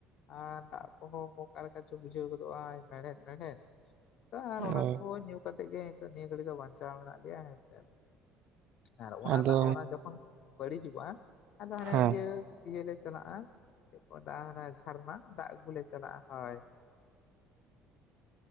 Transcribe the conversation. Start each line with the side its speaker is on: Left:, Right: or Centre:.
Left: ᱟᱨ ᱫᱟᱜ ᱠᱚᱦᱚᱸ ᱚᱠᱟ ᱞᱮᱠᱟ ᱪᱚ ᱵᱩᱡᱷᱟᱹᱣ ᱜᱚᱫᱚᱜᱼᱟ ᱢᱮᱲᱦᱮᱫ ᱢᱮᱲᱦᱮᱫ ᱟᱨ ᱚᱱᱟ
Right: ᱚ
Left: ᱠᱚ ᱧᱩ ᱠᱟᱛᱮᱫ ᱜᱮ ᱱᱤᱛᱚᱜ ᱱᱤᱭᱟᱹ ᱜᱷᱟᱹᱲᱤ ᱫᱚ ᱵᱟᱧᱪᱟᱣ ᱢᱮᱱᱟᱜ ᱞᱮᱭᱟ ᱦᱮᱸᱥᱮ ᱟᱨ ᱚᱱᱟ
Right: ᱟᱫᱚ
Left: ᱫᱟᱜ ᱚᱱᱟ ᱡᱚᱠᱷᱚᱱ ᱵᱟᱹᱲᱤᱡᱚᱜᱼᱟ ᱟᱫᱚ ᱦᱟᱱᱮ
Right: ᱦᱮᱸ
Left: ᱤᱭᱟᱹᱼᱼ ᱤᱭᱟᱹ ᱞᱮ ᱪᱟᱞᱟᱜᱼᱟ ᱪᱮᱫ ᱫᱟᱜ ᱡᱷᱟᱨᱱᱟ ᱫᱟᱜ ᱟᱹᱜᱩᱞᱮ ᱪᱟᱞᱟᱜᱼᱟ ᱦᱳᱭ